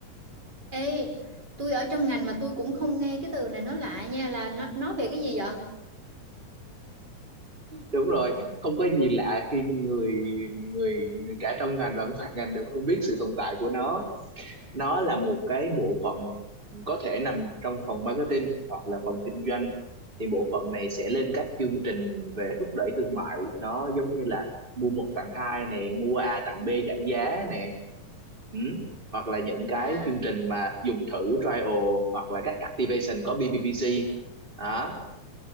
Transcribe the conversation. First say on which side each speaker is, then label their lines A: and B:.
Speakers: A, on the right; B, on the right.
A: Ê, tôi ở trong ngành mà tôi cũng không nghe cái từ này nó lạ nha, là nó nó về cái gì vậy?
B: Đúng rồi, không có gì lạ khi người người người cả trong ngành và ngoài ngành đều không biết sự tồn tại của nó nó là một cái bộ phận có thể nằm trong phòng marketing hoặc là phòng kinh doanh thì bộ phận này sẽ lên các chương trình về thúc đẩy thương mại nó giống như là mua một tặng hai này mua A tặng B giảm giá nè ừ. hoặc là những cái
A: à
B: chương trình mà dùng thử trial hoặc là các activation có BBBG đó